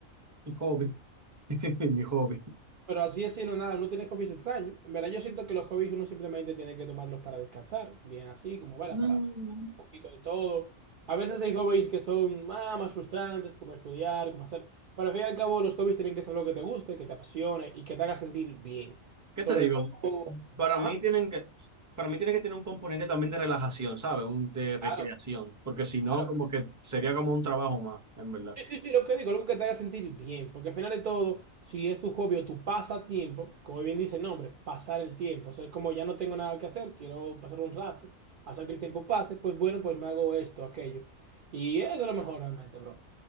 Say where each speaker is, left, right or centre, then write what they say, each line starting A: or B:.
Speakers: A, on the right; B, on the right.
A: Mi hobby, <laughs> mi hobby.
B: Pero así es decirlo, nada, uno tiene hobbies extraños. En verdad, yo siento que los hobbies uno simplemente tiene que tomarlos para descansar, bien así, como bueno,
A: Mm,
B: para soltar un poquito de todo. A veces hay hobbies que son ah, más frustrantes, como estudiar, como hacer. Pero al fin y al cabo, los hobbies tienen que ser lo que te guste, que te apasione y que te haga sentir bien.
A: ¿Qué
B: Sobre
A: te digo?
B: todo,
A: Para
B: ajá,
A: mí tienen que, para mí tiene que tener un componente también de relajación, ¿sabes? Un de recreación,
B: claro,
A: porque si no,
B: claro.
A: como que sería como un trabajo más, en verdad.
B: Sí, sí, sí, lo que digo, algo que te haga sentir bien, porque al final de todo, si es tu hobby o tu pasatiempo, como bien dice el nombre, pasar el tiempo, o sea, es como ya no tengo nada que hacer, quiero pasar un rato, hacer que el tiempo pase, pues bueno, pues me hago esto, aquello. Y eso es lo mejor realmente, bro.